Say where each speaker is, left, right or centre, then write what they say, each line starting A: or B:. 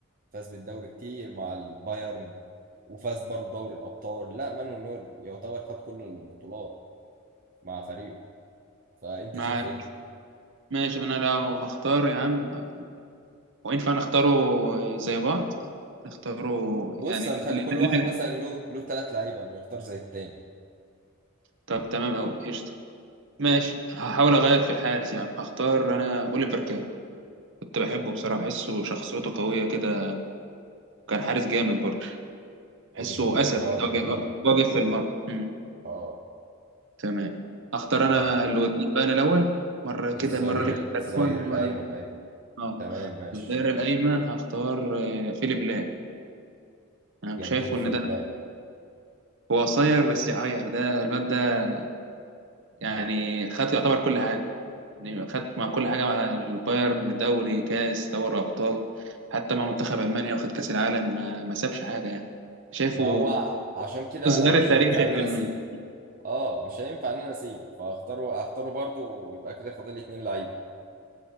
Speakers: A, on the right; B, on the right.
A: فاز بالدوري كتير مع البايرن وفاز برضه دوري الأبطال لا مانويل نوير يعتبر خد كل البطولات مع فريقه فأنت
B: معاك
A: شايف إيه؟
B: ماشي انا لو هختار يا عم وينفع نختاره زي بعض نختاره
A: بص
B: يعني اللي
A: هنخلي كل واحد
B: اللي-
A: مثلا له له ثلاث لعيبة إنه يختار زي التاني
B: طب تمام أوي قشطة ماشي هحاول اغير في الحارس يا عم هختار انا اوليفر كان كنت بحبه بصراحة بحسه شخصيته قوية كده كان حارس جامد برضه بحسه
A: أوليفر كان
B: اسد
A: أه جميل
B: كده واقف واقف في المرمى أمم،
A: أه
B: تمام اختار
A: طيب
B: انا الودين بقى انا الاول مرة كده
A: الظهير
B: مرة ليك
A: ال- الظهير
B: أنت الأول ومرة
A: الأيمن أيوه
B: اه
A: تمام ماشي
B: الظهير الايمن هختار آه، فيليب لام انا مش
A: جميل
B: شايفه
A: فيليب
B: ان ده
A: لام
B: هو قصير بس يعير ده الواد ده يعني خد يعتبر كل حاجه يعني خد مع كل حاجه مع البايرن دوري كاس دوري ابطال حتى مع منتخب المانيا واخد كاس العالم ما, ما سابش حاجه يعني شايفه
A: هو عشان كده
B: الظهير
A: أنا مش
B: التاريخي
A: هينفع إن
B: في
A: أنا
B: المانيا
A: أسيبه أه مش هينفع إن أنا أسيبه فهختاره هختاره برضه ويبقى كده فاضل لي اتنين لعيبة